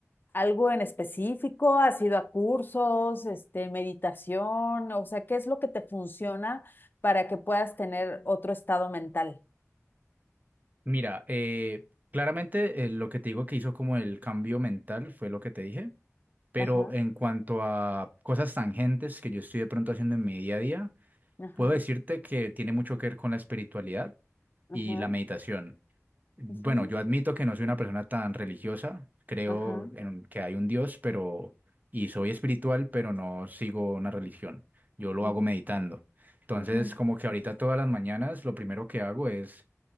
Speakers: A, on the left; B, on the right.
A: algo en específico? ¿Has ido a cursos, este, meditación? O sea, ¿qué es lo que te funciona para que puedas tener otro estado mental?
B: Mira, eh, claramente eh, lo que te digo que hizo como el cambio mental fue lo que te dije. Pero
A: Ajá,
B: en cuanto a cosas tangentes que yo estoy de pronto haciendo en mi día a día,
A: ajá,
B: puedo decirte que tiene mucho que ver con la espiritualidad
A: ajá,
B: y la meditación. Bueno,
A: ujú,
B: yo admito que no soy una persona tan religiosa, creo
A: ajá,
B: en que hay un Dios, pero y soy espiritual, pero no sigo una religión. Yo lo
A: ujú,
B: hago meditando. Entonces,
A: ujú,
B: como que ahorita todas las mañanas lo primero que hago es